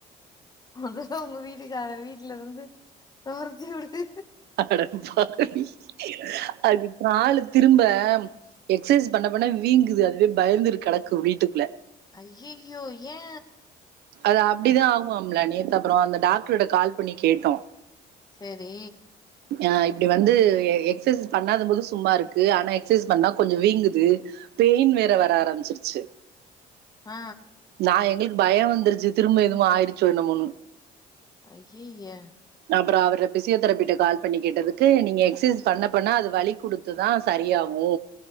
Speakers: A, on the left (about 25°); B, on the right (about 75°).
A: மொதல்ல உங்க வீட்டுக்கார வீட்லருந்து தொரத்தி உடு
B: அடபாவி அடி ஒரு ஆளு திரும்ப எக்ஸ்சைஸ் பண்ண பண்ண வீங்குது அதுவே பயந்துரு கெடக்கு வீட்டுக்குள்ள
A: அய்யய்யோ ஏ
B: அது அப்டி தா ஆகுமாம்லா நேத்து அப்பறோ அந்த டாக்டர்ட கால் பண்ணி கேட்டோ
A: சேரி
B: ஆ இப்டி வந்து எக்சைஸ் பண்ணாத போது சும்மா இருக்கு ஆனா எக்சசைஸ் பண்ணா கொஞ்ச வீங்குது பெயின் வேற வர ஆரம்பிச்சிருச்சு
A: ஆ
B: நா எங்களுக்கு பயம் வந்துருச்சு திரும்ப எதுவு ஆயிடுச்சோ என்னமோணு
A: ஐய்யய்ய
B: அப்பறோ அவர் பிசியோதெரபிட்ட கால் பண்ணி கேட்டதுக்கு நீங்க எக்சசைஸ் பண்ண பண்ண அது வலி குடுக் இது தா சரியாவு